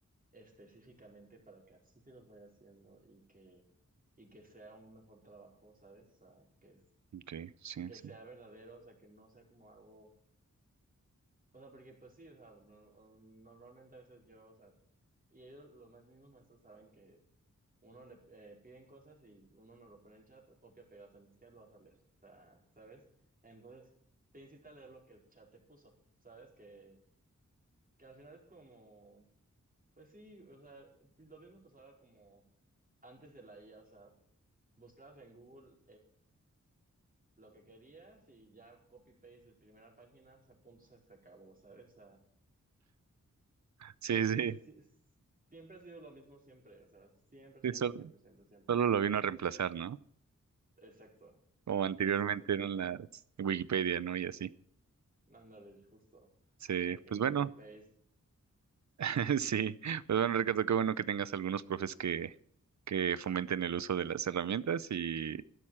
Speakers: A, on the right; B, on the right.
A: específicamente para que así se los vaya haciendo y que, y que sea un mejor trabajo, ¿sabes? O sea, que es
B: Ok, sí,
A: que
B: sí.
A: sea verdadero, o sea, que no sea como algo, o sea, porque pues sí, o sea, no- normalmente a veces yo, o sea, y ellos, los más mismos maestros saben que uno le eh, piden cosas y uno no lo pone en chat, copia, pega, o sea, ni siquiera lo vas a leer, o sea, ¿sabes? Entonces, te incita a leer lo que el chat te puso, ¿sabes? Que, que al final es como, pues sí, o sea, lo mismo pasaba como antes de la IA, o sea, buscabas en Google lo que querías y ya copy-paste de primera página, o sea, punto, se se acabó, ¿sabes? O sea,
B: Sí,
A: entonces,
B: sí,
A: sí, es- siempre ha sido lo mismo, siempre, o sea, siempre,
B: sí,
A: siempre,
B: solo,
A: siempre, siempre, siempre.
B: solo lo vino a reemplazar, ¿no?
A: Exacto.
B: Como
A: Entonces,
B: anteriormente
A: pues,
B: eran
A: ajá,
B: las Wikipedia, ¿no? Y así.
A: ándale, justo,
B: Sí,
A: de que
B: pues
A: copy-paste,
B: bueno. <laughs> Sí, pues bueno, Ricardo, qué bueno que tengas algunos profes que, que fomenten el uso de las herramientas y